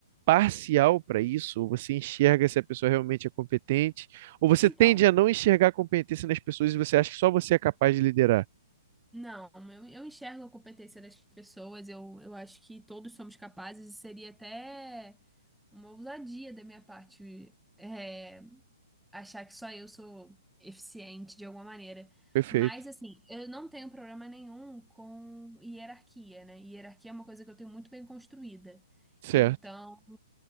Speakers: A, on the right; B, in the centre.
A: parcial para isso, ou você enxerga se a pessoa realmente é competente, ou você
B: Então.
A: tende a não enxergar a competência nas pessoas e você acha que só você é capaz de liderar?
B: Não, eu, eu enxergo a competência das pessoas, eu, eu acho que todos somos capazes e seria até uma ousadia da minha parte é, achar que só eu sou eficiente de alguma maneira.
A: Perfeito.
B: Mas, assim, eu não tenho problema nenhum com hierarquia, né? Hierarquia é uma coisa que eu tenho muito bem construída.
A: Certo,
B: Então,